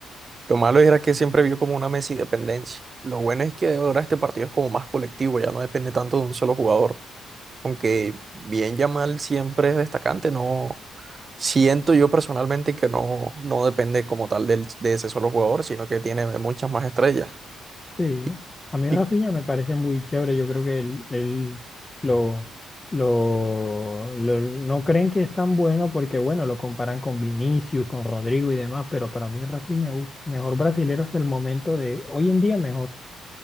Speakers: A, on the right; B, on the left.
A: lo malo era que siempre vio como una Messi dependencia. Lo bueno es que ahora este partido es como más colectivo, ya no depende tanto de un solo jugador, aunque bien Yamal siempre es destacante, no siento yo personalmente que no, no depende como tal del, de ese solo jugador, sino que tiene muchas más estrellas.
B: Sí,
A: Y,
B: a mí
A: y-
B: Rafinha me parece muy chévere. Yo creo que él, él lo, lo, lo- no creen que es tan bueno porque, bueno, lo comparan con Vinicius, con Rodrigo y demás, pero para mí Rafinha, uf, mejor brasilero hasta el momento de hoy en día, mejor.